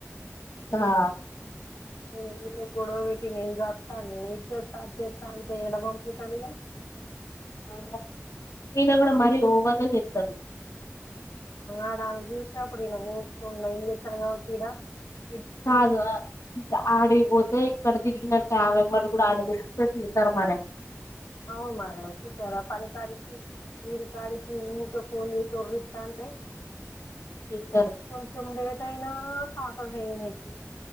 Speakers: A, on the left; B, on the left.
A: హా
B: ఉ ఈ గొడవ పెట్టి నేను చస్తా నేను ఇది చేస్తా అది చేస్తా అంటే ఎడ పంపితడుడిగా
A: అవునా నేన కూడా మరీ ఓ వంద చెస్తాను
B: ఆడా చ్యూషినప్పుడు ఇగ పోకుండా ఏంచేస్తాడు కావచ్చు ఇగ
A: కాదు ఆడి కి పోతే ఇక్కడ తిరిగిన టామెమ్మడు కూడా ఆడ తిరిగిస్తే తిడతాడు మరి
B: అవును మరి వచ్చింటారా పని కాడికి వరి కాడకి ఊక ఫోన్ చేసి ఓర్లుతాంటే
A: తిడతారు
B: కొంచెం లేట్ అయినా ఆ పాకకి నేనేకి